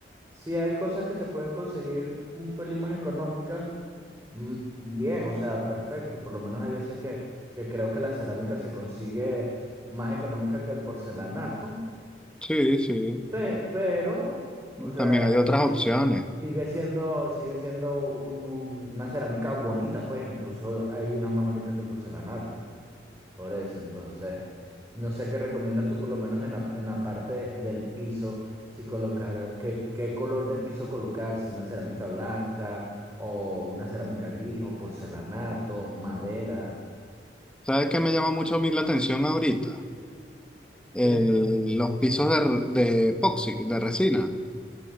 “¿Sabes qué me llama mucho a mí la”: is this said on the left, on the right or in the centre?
Centre